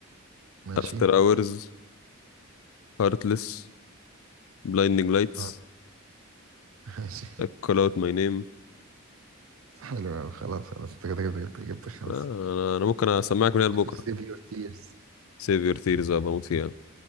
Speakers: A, on the right (about 70°); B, on the left (about 70°).
A: ماشي
B: افتر اورز هارتلس بلايندنج لايتس
A: آه، ماشي <laughs>
B: كول اوت ماي نيم
A: حلو أوي خلاص خلاص انت كده كده جبت جبت خمسة
B: انا انا ممكن اسمعك من هنا
A: ممكن
B: لبكره
A: سيف يور تيرز
B: سيف يور تيرز بموت فيها